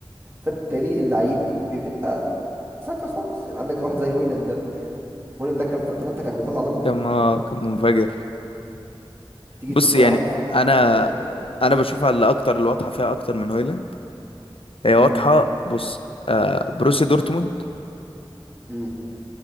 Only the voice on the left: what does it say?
كان
آه كان منفجر
بص
يعني
انا
انا بشوفها اللي اكتر اللي واضحة فيها اكتر من هويلاند هي واضحة
بص آه بروسيا دورتموند